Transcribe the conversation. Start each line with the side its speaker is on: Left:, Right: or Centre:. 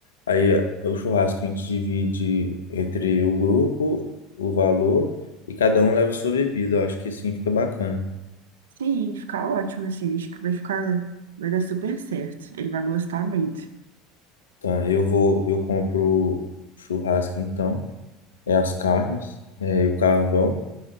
Left: Aí é é o churrasco a gente divide entre o grupo, o valor, e cada um leva sua bebida. Eu acho que assim fica bacana.
Right: sim, ficar ótimo, assim. Acho que vai ficar, vai dar super certo. Ele vai gostar muito.
Left: Tá, eu vou, eu compro o churrasco então, é as carnes, é, e o carvão.